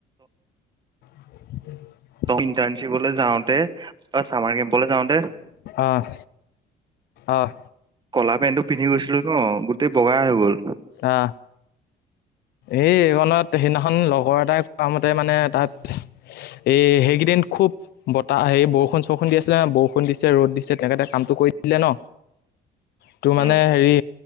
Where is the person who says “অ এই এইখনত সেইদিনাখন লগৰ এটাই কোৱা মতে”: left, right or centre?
Left